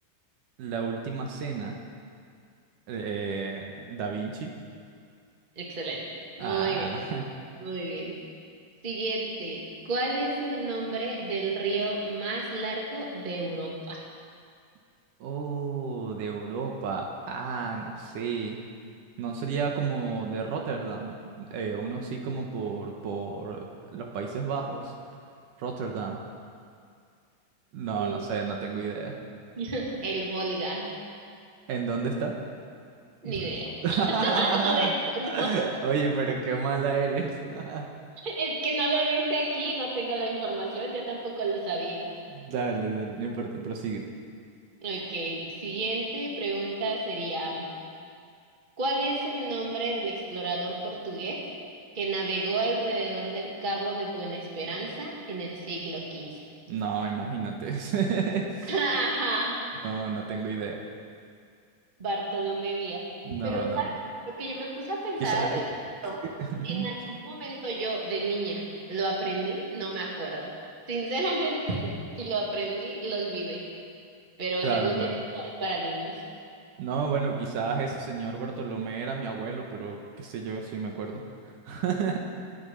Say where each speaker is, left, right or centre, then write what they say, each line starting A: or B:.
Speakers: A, on the right; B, on the right.
A: La última cena. eh, Da Vinci.
B: Excelente. Muy
A: Ah,
B: bien, muy bien. Siguiente. ¿Cuál es el nombre del río más largo de Europa?
A: <laughs> oh, de Europa. Ah, no sé. No sería como de Rotterdam. eh, uno así como por, por los Países Bajos. Rotterdam. No,
B: Mm,
A: no sé, no tengo idea.
B: <laughs> El Volga,
A: ¿En dónde está?
B: ni
A: No
B: idea.
A: es- <laughs>
B: <laughs> No, de- no,
A: Oye, pero qué mala eres. <laughs>
B: es que no lo dice aquí, no tengo la información, yo tampoco lo sabía.
A: Dale, dale, no importa, prosigue.
B: Ok, siguiente pregunta sería, ¿cuál es el nombre del explorador portugués que navegó alrededor del Cabo de Buena Esperanza en el siglo XV?
A: No, imagínate. <laughs>
B: <laughs>
A: No, no tengo idea.
B: Bartolomé Díaz.
A: No,
B: Pero, ¿sabes?
A: no.
B: Lo que yo me puse a pensar
A: Quizás.
B: al leer esto,
A: <laughs>
B: en algún momento yo de niña lo aprendí, no me acuerdo. Sinceramente, <laughs> si lo aprendí, lo olvidé. Pero
A: Claro,
B: según
A: claro.
B: esto es para niños.
A: No, bueno, quizás ese señor Bartolomé era mi abuelo, pero qué sé yo, sí me acuerdo. <laughs>